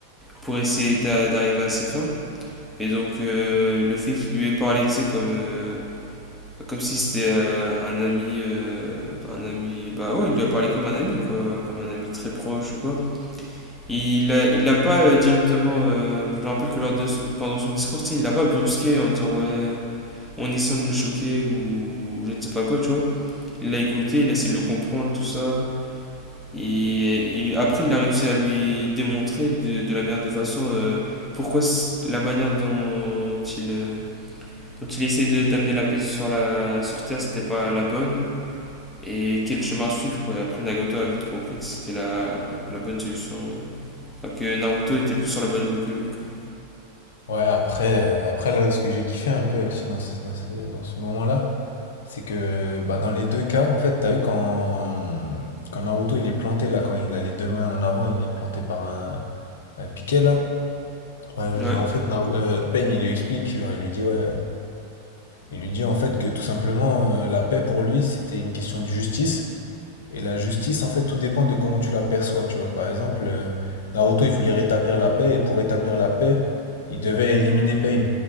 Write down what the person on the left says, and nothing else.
Ouais, après, euh, après là, ce que j'ai kiffé un peu aussi dans ce, dans ce, dans ce moment-là, c'est que bah, dans les deux cas, en fait, t'as vu quand, quand Naruto il est planté, là, quand il a les deux mains en avant, il est planté par un, un piquet, là. Bah,
je- en fait, Naru- euh, Pain, il lui explique, genre, il lui dit, ouais, il lui dit en fait que tout simplement, euh, la paix pour lui, c'était une question de justice. Et la justice, en fait, tout dépend de comment tu la perçois, tu vois. Par exemple, euh, Naruto, il voulait rétablir la paix, et pour rétablir la paix, il devait éliminer Pain.